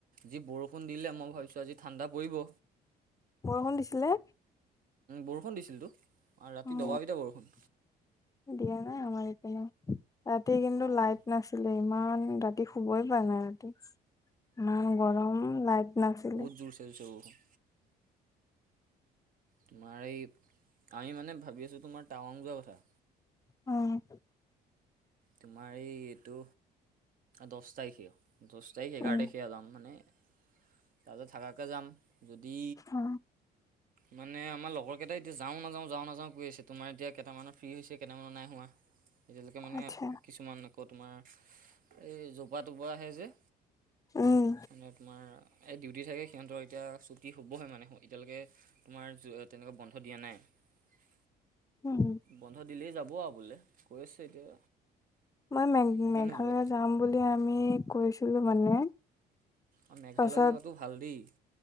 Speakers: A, on the right; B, on the left.
A: যি বৰষুণ দিলে মই ভাবিছোঁ আজি ঠাণ্ডা পৰিব।
B: বৰষুণ দিছিলে।
A: বৰষুণ দিছিলতো, ৰাতি
B: অ
A: দপালপিটা বৰষুণ।
B: দিয়া নাই আমাৰ এইপানে, ৰাতি কিন্তু
A: অঁ
B: লাইট
A: অঁ
B: নাছিলে ইমান। ৰাতি শুব'ই পাই নাই ৰাতি ইমান গৰম লাইট নাছিলে।
A: জোৰচে, জোৰচে বৰষুণ। তোমাৰ এই আমি মানে ভাবি আছোঁ, তোমাৰ টাৱাং যোৱা কথা।
B: উম
A: তোমাৰ এই এইটো দহ তাৰিখে দহ তাৰিখে এঘাৰ
B: উম
A: তাৰিখে যাম মানে তাৰপিছত থাকাকৈ যাম যদি
B: অ
A: মানে আমাৰ লগৰ কেইটা এতিয়া যাও নাযাওঁ যাও নযাও কৈ আছে তোমাৰ এতিয়া কেইটামানত ফ্ৰী হৈছে কেইটামানত নাই হোৱা এতিয়ালৈকে মানে
B: আচ্ছা
A: কিছুমান আকৌ তোমাৰ এই জোপা তৰপৰা আহে যে
B: উম
A: মানে তোমাৰ এই ডিউটি থাকে সিহঁতৰ এতিয়া ছুটি হ'বহ মানে এতিয়ালৈকে তোমাৰ তেনেকুৱা বন্ধ দিয়া নাই।
B: <inaudible>
A: বন্ধ দিলেই যাব আৰু বোলে কৈ আছে এতিয়া
B: মই মে
A: সেইকাৰণে
B: মেঘালয়
A: যোৱা
B: যাম বুলি আমি কৈছিলো মানে
A: অ', মেঘালয়
B: পাছত
A: জগাতটো ভাল দেই